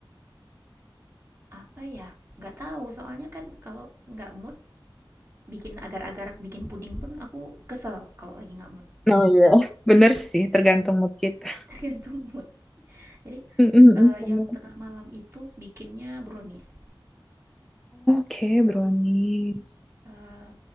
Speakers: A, on the right; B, in the centre.
A: Apa ya? Nggak tahu, soalnya kan kalau nggak mood bikin agar-agar bikin puding pun aku kesel kalau lagi nggak mood.
B: Oh iya. Bener sih, tergantung mood kita.
A: <laughs> Tergantung mood. Jadi,
B: Mm-mm,
A: eee,
B: bener.
A: yang tengah malam itu bikinnya brownies,
B: Oke, brownies.
A: eee,